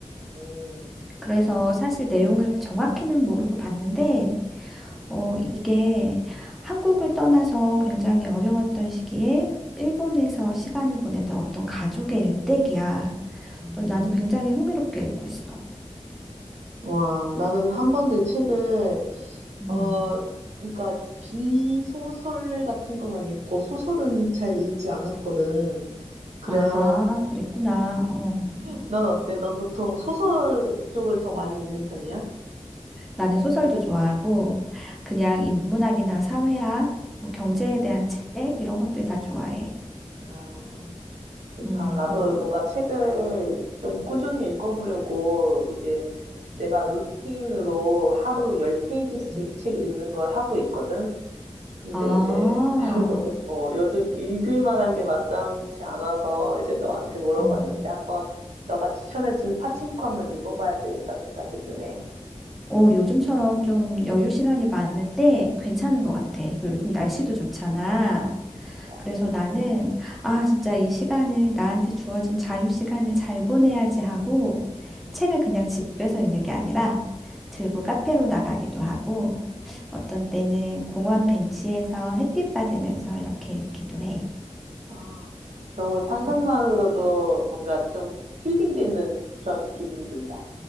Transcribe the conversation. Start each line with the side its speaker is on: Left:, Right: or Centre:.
Right: 오,
Centre: 그래서 사실 내용을 정확히는 모르고 봤는데,
Right: 음,
Centre: 어, 이게 한국을 떠나서 굉장히 어려웠던 시기에 일본에서 시간을 보냈던 어떤 가족의 일대기야.
Right: 음.
Centre: 또 나는 굉장히 흥미롭게 읽고 있어.
Right: 와, 나는 한 번도 이 책을
Centre: 음.
Right: 어, 그러니까 비소설 같은 것만 읽고 소설은 잘 읽지 않았거든. 그래서
Centre: 아, 그랬구나. 어. 음.
Right: 넌 어때? 넌 보통 소설 쪽을 더 많이 읽는 편이야?
Centre: 나는 소설도 좋아하고 그냥 인문학이나 사회학, 뭐 경제에
Right: 음.
Centre: 대한 책 이런 것들 다 좋아해.
Right: 아, 좋다.
Centre: 음.
Right: 나도 뭔가 책을 좀 꾸준히 읽어보려고 이제 내가 루틴으로 하루 열 페이지씩
Centre: 음.
Right: 책 읽는 걸 하고 있거든. 근데
Centre: 아,
Right: 이제 <laughs> 어, 요즘 읽을 만한 게 마땅치 않아서 이제 너한테 물어봤는데
Centre: 어,
Right: 한번 너가 추천해준 파친코 한번 읽어봐야 되겠다는 생각이 드네.
Centre: 어, 요즘처럼 좀 여유 시간이 많을 때 괜찮은 것 같아. 그리고 요즘 날씨도 좋잖아.
Right: 맞아.
Centre: 그래서 나는, 아, 진짜 이 시간을, 나한테 주어진 자유 시간을 잘 보내야지 하고,
Right: 음.
Centre: 책을 그냥 집에서 읽는 게 아니라, 들고 카페로 나가기도 하고,
Right: 음.
Centre: 어떤 때는 공원 벤치에서 햇빛 받으면서 이렇게 읽기도 해.
Right: 아, 너무 상상만으로도
Centre: 어,
Right: 뭔가 좀 힐링되는 그런 기분이 든다.